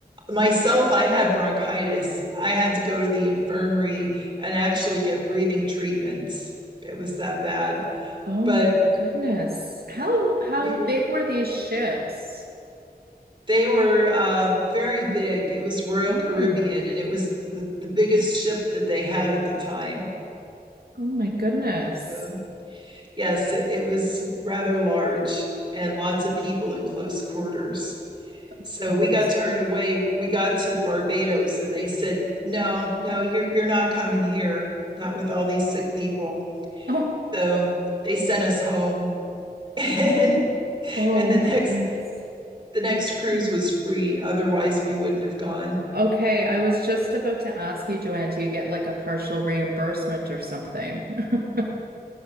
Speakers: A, on the right; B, on the right.
A: myself, I had bronchitis. I had to go to the infirmary and actually get breathing treatments. It was that bad.
B: Oh
A: But
B: my goodness. How how
A: we were,
B: big were these ships?
A: they were uh, very big. It was Royal
B: Oh.
A: Caribbean, and it was the, the biggest ship that they had at the time.
B: Oh my goodness.
A: So, yes, it, it was rather large and lots of people in close quarters.
B: Of
A: So
B: course.
A: we got turned away. We got to Barbados, and they said, "No, no, you're you're not coming here. Not with all these sick people."
B: Oh.
A: So they sent us home <laughs> and
B: Oh
A: and the
B: my
A: next
B: goodness.
A: the next cruise was free. Otherwise we wouldn't have gone.
B: Okay, I was just about to ask you, Joanne, do you get like a partial reimbursement or something? <laughs>